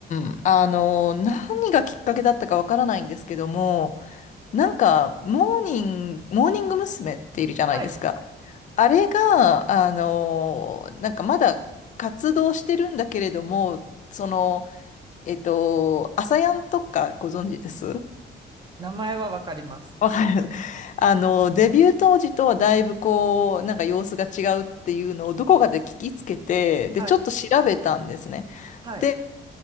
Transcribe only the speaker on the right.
はい。
名前はわかります。
はい。
はい。